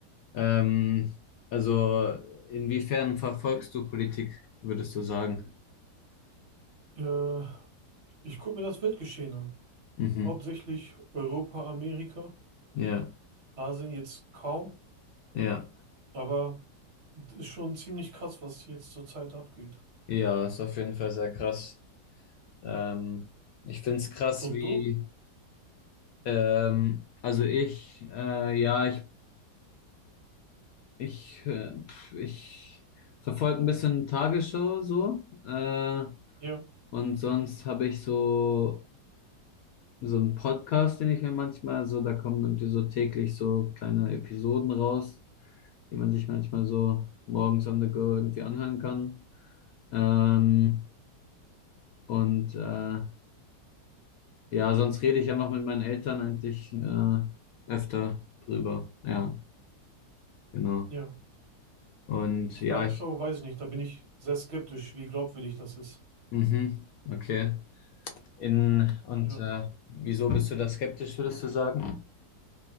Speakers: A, on the left (about 70°); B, on the right (about 45°).
A: Ähm, also, inwiefern verfolgst du Politik, würdest du sagen?
B: Äh, Ich gucke mir das Weltgeschehen an.
A: Mhm.
B: Hauptsächlich Europa, Amerika,
A: Ja,
B: Asien jetzt kaum,
A: ja.
B: aber es ist schon ziemlich krass, was jetzt zurzeit abgeht.
A: Ja, ist auf jeden Fall sehr krass. Ähm, ich finde es krass,
B: Und
A: wie,
B: du?
A: ähm, also ich, äh, ja, ich, ich, äh, pf, ich verfolge ein bisschen Tagesschau so, äh,
B: Ja,
A: und sonst habe ich so, so einen Podcast, den ich mir manchmal so, da kommen irgendwie so täglich so kleine Episoden raus, die man sich manchmal so morgens on the go irgendwie anhören kann. Ähm, und äh, Ja, sonst rede ich einfach mit meinen Eltern eigentlich äh, öfter drüber. Ja, genau.
B: ja.
A: Und ja,
B: Tagesschau
A: ich,
B: weiß ich nicht, da bin ich sehr skeptisch, wie glaubwürdig das ist.
A: mhm, okay. In, und
B: Ja.
A: äh, wieso bist du da skeptisch, würdest du sagen?